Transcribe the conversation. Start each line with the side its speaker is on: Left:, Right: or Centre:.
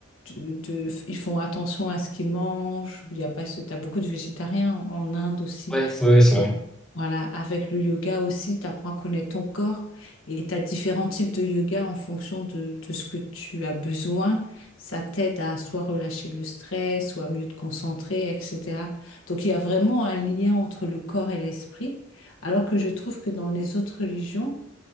Left: de, de- ils font attention à ce qu'ils mangent. Il y a pas ce, t'as beaucoup de végétariens en Inde aussi.
Centre: Ouais, ouais, ouais, c'est
Left: Et
Centre: vrai.
Left: le- Voilà, avec le yoga aussi, tu apprends à connaître ton corps et tu as différents types de yoga en fonction de, de ce que tu as besoin. Ça t'aide à soit relâcher le stress, soit mieux te concentrer, etc. Donc il y a vraiment un lien entre le corps et l'esprit, alors que je trouve que dans les autres religions,